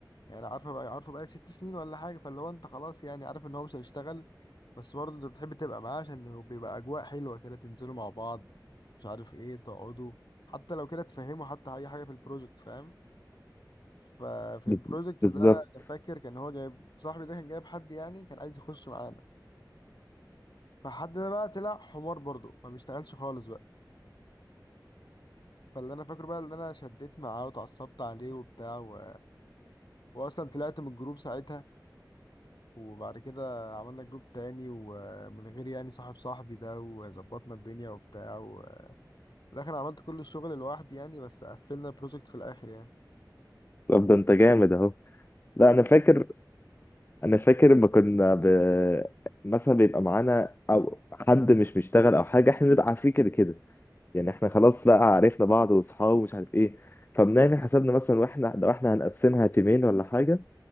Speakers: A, on the left; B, on the left.
A: يعني عارفه بقى عارفه بقالك ست سنين ولا حاجة فاللي هو أنت خلاص يعني عارف إن هو مش هيشتغل بس برضه أنت بتحب تبقى معاه عشان هو بيبقى أجواء حلوة كده تنزلوا مع بعض مش عارف إيه تقعدوا حتى لو كده تفهموا حتى أي حاجة في البروجكت فاهم ففي البروجكت
B: بال- بالظبط
A: ده انا فاكر كان هو جايب صاحبي ده كان جايب حد يعني كان عايز يخش معانا فحد ده بقى طلع حمار برضه ما بيشتغلش خالص بقى فاللي انا فاكره بقى ان انا شديت معاه واتعصبت عليه وبتاع و... واصلا طلعت من الجروب ساعتها وبعد كده عملنا جروب تاني ومن غير يعني صاحب صاحبي ده وظبطنا الدنيا وبتاع و... في الاخر عملت كل الشغل لوحدي يعني بس قفلنا البروجكت في الاخر يعني
B: طب ده أنت جامد أهو لا أنا فاكر أنا فاكر لما كنا ب... مثلا بيبقى معانا أو حد مش بيشتغل أو حاجة إحنا نبقى عارفين كده كده يعني احنا خلاص لا عرفنا بعض واصحاب ومش عارف ايه فبنعمل حسابنا مثلا واحنا لو احنا هنقسمها تيمين ولا حاجه